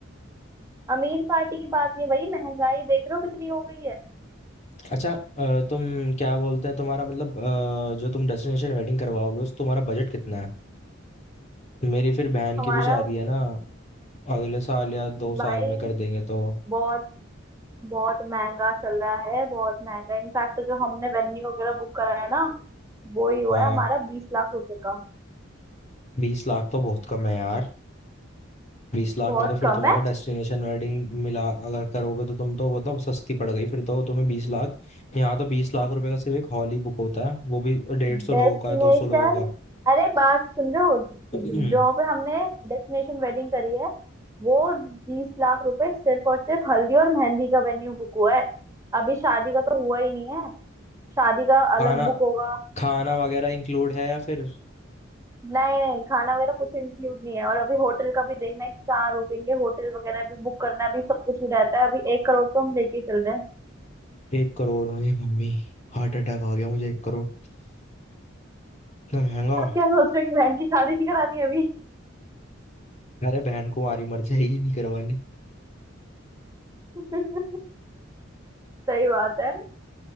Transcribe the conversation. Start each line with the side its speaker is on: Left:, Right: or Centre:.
Right: अमीर पार्टी की बात नहीं भाई महंगाई देख रहे हो कितनी हो गई है
Left: अच्छा अ, तुम क्या बोलते हैं तुम्हारा मतलब अ, जो तुम डेस्टिनेशन वेडिंग करवाओगे उस तुम्हारा बजट कितना है मेरी फिर बहन
Right: हमारा
Left: की भी शादी है ना अगले साल या दो साल
Right: भाई
Left: में कर देंगे तो
Right: बहुत बहुत महंगा चल रहा है बहुत महंगा इनफैक्ट जो हमने वेन्यू वगैरह बुक करा है ना वो ही हुआ
Left: हाँ
Right: है हमारा बीस लाख रुपए का
Left: बीस लाख तो बहुत कम है यार बीस लाख
Right: बहुत
Left: में तो फिर
Right: कम
Left: तुम्हारा
Right: है
Left: डेस्टिनेशन वेडिंग मिला अगर करोगे तो तुम तो वो तो सस्ती पड़ गई फिर तो तुम्हें बीस लाख यहाँ तो बीस लाख रुपए का सिर्फ एक हॉल ही बुक होता है वो भी डेढ़ सौ
Right: डेस्टिनेशन
Left: लोगों का दो सौ लोगों का
Right: अरे बात सुन रहे हो
Left: <clears throat>
Right: जहाँ पे हमने डेस्टिनेशन वेडिंग करी है वो बीस लाख रुपए सिर्फ और सिर्फ हल्दी और मेहंदी का वेन्यू बुक हुआ है अभी शादी का तो हुआ ही नहीं है शादी का अलग
Left: खाना
Right: बुक होगा
Left: खाना वगैरह इंक्लूड है या फिर
Right: नहीं नहीं खाना वगैरह कुछ इंक्लूड नहीं है और अभी होटल का भी देखना है कि कहाँ रुकेंगे होटल वगैरह भी बुक करना भी सब कुछ ही रहता है अभी एक करोड़ तो हम लेके ही चल रहे हैं
Left: एक करोड़ है मम्मी हार्ट अटैक आ गया मुझे एक करोड़ इतना महंगा
Right: अब क्या सोच रहे हो कि बहन की शादी नहीं करानी है अभी
Left: अरे बहन को मारी मर जाएगी नहीं करवानी
Right: <laughs> सही बात है